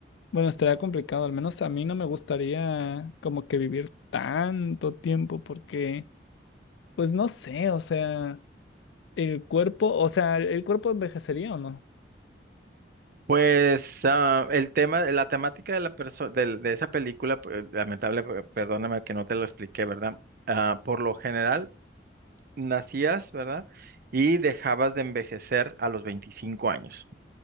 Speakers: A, on the left; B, on the right.
A: bueno, estaría complicado, al menos a mí no me gustaría como que vivir tanto tiempo porque, pues no sé, o sea... El cuerpo, o sea, el el cuerpo envejecería o no.
B: Pues ah, el tema, la temática de la perso- del- de, esa película, p- lamentable, p- perdóname que no te lo expliqué, ¿verdad? Ah, por lo general, nacías, ¿verdad? Y dejabas de envejecer a los 25 años.